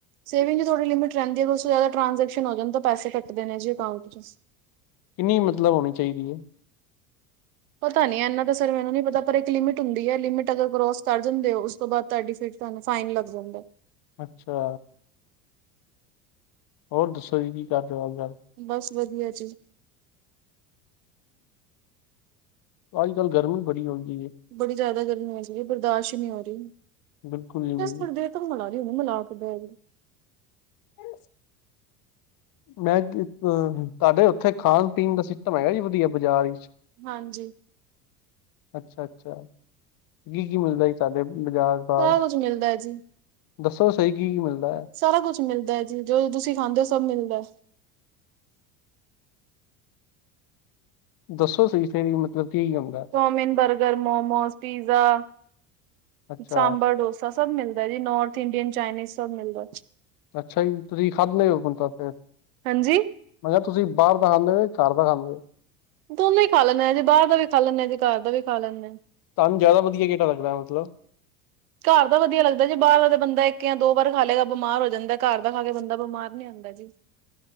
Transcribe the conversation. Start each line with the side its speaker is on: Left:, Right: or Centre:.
Right: ਸੇਵਿੰਗ ਚ ਥੋੜੀ ਲਿਮਿਟ ਰਹਿੰਦੀ ਆ ਬਸ। ਜ਼ਿਆਦਾ ਟਰਾਂਜੈਕਸ਼ਨ ਹੋ ਜਾਣ ਤਾਂ ਪੈਸੇ ਕੱਟਦੇ ਨੇ ਜੀ ਅਕਾਊਂਟ ਚ।
Left: ਕਿੰਨੀ ਮਤਲਬ ਹੋਣੀ ਚਾਹੀਦੀ ਹੈ।
Right: ਪਤਾ ਨੀ ਇਹਨਾ ਤਾਂ ਸਰ ਮੈਨੂੰ ਨੀ ਪਤਾ ਪਰ ਇੱਕ ਲਿਮਿਟ ਹੁੰਦੀ ਹੈ ਲਿਮਿਟ ਅਗਰ ਕਰੋਸ ਕਰ ਜਾਂਦੇ ਹੋ ਉਸ ਤੋਂ ਬਾਅਦ ਤੁਹਾਡੀ ਫਿਰ- ਤੁਾਨੂੰ ਫਾਈਨ ਲਗ ਜਾਂਦਾ।
Left: ਅੱਛਾ। ਹੋਰ ਦੱਸੋ ਜੀ ਕੀ ਕਰਦੇ ਹੋ ਅੱਜ ਕੱਲ?
Right: ਬਸ ਵਧੀਆ ਜੀ।
Left: ਅੱਜ ਕੱਲ ਗਰਮੀ ਬੜੀ ਹੋਈ ਹੈ
Right: ਬੜੀ ਜ਼ਿਆਦਾ ਗਰਮੀ ਹੋ ਸੀ ਹੈ ਬਰਦਾਸ਼ਤ ਹੀ ਨਹੀਂ ਹੋ ਰਹੀ।
Left: ਬਿਲਕੁਲ ਜੀ ਬਿਲ-
Right: ਥੋੜੀ ਦੇਰ ਤੱਕ ਬੂਲਾ ਲੀ ਹੁ ਉਹਨੂ ਬੂਲਾ ਕੇ ਬਹਿ ਗੀ-
Left: ਹਮ ਮੈਂ ਅ ਤੁਹਾਡੇ ਉੱਥੇ ਖਾਣ- ਪੀਣ ਦਾ ਸਿਸਟਮ ਹੈਗਾ ਜੀ ਵਧੀਆ ਬਾਜ਼ਾਰ ਵਿੱਚ।
Right: ਹਾਂਜੀ।
Left: ਅੱਛਾ- ਅੱਛਾ ਕੀ- ਕੀ ਮਿਲਦਾ ਸੀ ਤੁਹਾਡੇ ਓਥ ਬਾਜ਼ਾਰ ਦਾ।
Right: ਸਾਰਾ ਕੁੱਝ ਮਿਲਦਾ ਹੈ ਜੀ।
Left: ਦੱਸੋ ਸਹੀ ਕੀ- ਕੀ ਮਿਲਦਾ ਹੈ।
Right: ਸਾਰਾ ਕੁੱਛ ਮਿਲਦਾ ਏ ਜੀ, ਜੋ ਤੁਸੀਂ ਖਾਂਦੇ ਹੋ ਸਭ ਮਿਲਦਾ।
Left: ਦੱਸੋ ਸਹੀ ਫੇਰ ਮਤਲਬ ਕੀ ਕੀ ਹੁੰਦਾ
Right: ਚੋਮੀਨ, ਬਰਗਰ, ਮੋਮੋਜ, ਪੀਜ਼ਾ-
Left: ਅੱਛਾ
Right: ਸਾਂਬਰ ਡੋਸਾ, ਸਭ ਮਿਲਦਾ ਜੀ ਨੋੌਰਥ ਇੰਡੀਅਨ, ਚਾਈਨੀਜ਼ ਸਭ ਮਿਲਦਾ।
Left: ਅੱਛਾ ਜੀ ਤੁਸੀਂ ਖਾਂਧੇ ਹੋ ਹੁਣ ਤਾਂ ਫੇਰ।
Right: ਹਾਂਜੀ।
Left: ਮੈਂ ਕਿਹਾ ਤੁਸੀਂ ਬਾਹਰ ਦਾ ਖਾਂਦੇ ਹੋ ਘਰ ਦਾ ਖਾਂਦੇ ਹੋ?
Right: ਦੋਨੋਂ ਹੀ ਖਾ ਲੈਂਦੇ ਹਾਂ ਜੀ ਬਾਹਰ ਦਾ ਵੀ ਖਾ ਲੈਂਦੇ ਹਾਂ ਜੀ ਘਰ ਦਾ ਵੀ ਖਾ ਲੈਂਦੇ ਹਾਂ।
Left: ਤੁਾਨੂੰ ਜਿਆਦਾ ਵਧੀਆ ਕਿਹੜਾ ਲੱਗਦਾ ਵੇ? ਮਤਲ-
Right: ਘਰ ਤਾਂ ਵਧੀਆ ਲੱਗਦਾ ਜੇ ਬਾਰ ਦਾ ਬੰਦਾ ਇਕ ਜਾਂ ਦੋ ਵਾਰੀ ਖਾ ਲੇਗਾ ਬਿਮਾਰ ਹੋ ਜਾਂਦਾ। ਘਰ ਦਾ ਖਾ ਕੇ ਬੰਦਾ ਬਿਮਾਰ ਨੀ ਹੁੰਦਾ ਜੀ।